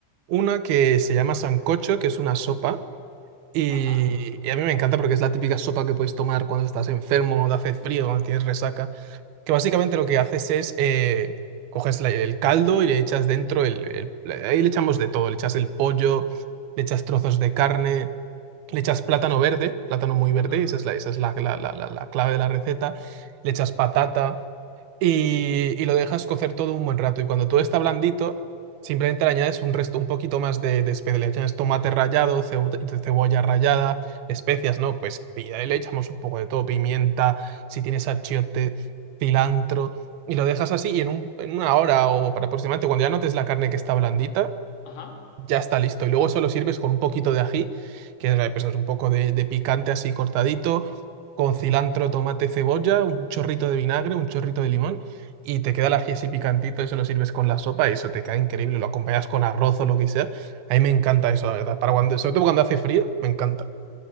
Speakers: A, on the right; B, on the left.
A: Una que se llama sancocho, que es una sopa y,
B: Ajá,
A: y a mí me encanta porque es la típica sopa que puedes tomar cuando estás enfermo, cuando hace frío, cuando tienes resaca que básicamente lo que haces es eh, coges la- el caldo y le echas dentro el, el- la- Ahí le echamos de todo, le echas el pollo, le echas trozos de carne, le echas plátano verde, plátano muy verde,
B: ajá,
A: esa es la, esa es la, la- la- la- la clave de la receta, le echas patata y, y lo dejas cocer todo un buen rato. Y cuando todo está blandito, simplemente le añades un resto, un poquito más de, de especia. Le añades tomate rallado, ceu- cebolla rallada, especias, ¿no? Pues pilla y le echamos un poco de todo, pimienta, si tienes achiote, cilantro, y lo dejas así y en un- en una hora o para aproximadamente, cuando ya notes la carne que está blandita,
B: ajá.
A: ya está listo. Y luego eso lo sirves con un poquito de ají, que es pues, es un poco de, de picante así cortadito, con cilantro, tomate, cebolla, un chorrito de vinagre, un chorrito de limón, y te queda el ají así picantito, eso lo sirves con la sopa y eso te queda increíble. Lo acompañas con arroz o lo que sea. A mí me encanta eso, la verdad. Para cuando, sobre todo cuando hace frío, me encanta.